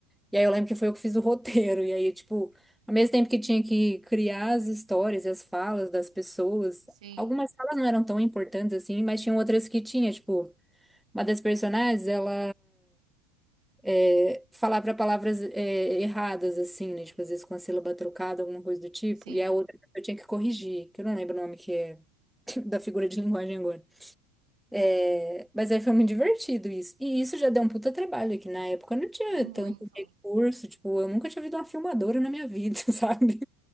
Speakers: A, in the centre; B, on the right.
A: E aí eu lembro que foi eu que fiz o roteiro. E aí, tipo, ao mesmo tempo que tinha que criar as histórias e as falas das pessoas,
B: sim,
A: algumas falas não eram tão importantes assim, mas tinham outras que tinha, tipo. Uma das personagens, ela é, falava palavras é, erradas, assim, né? Tipo, às vezes com a sílaba trocada, alguma coisa do tipo.
B: sim.
A: E a outra eu tinha que corrigir, que eu não lembro o nome que é <laughs> da figura de linguagem agora. É, mas aí foi muito divertido isso. E isso já deu um puta trabalho, que na época eu não tinha
B: É muito,
A: tanto recurso, tipo, eu nunca tinha visto uma filmadora na minha vida, <laughs> sabe?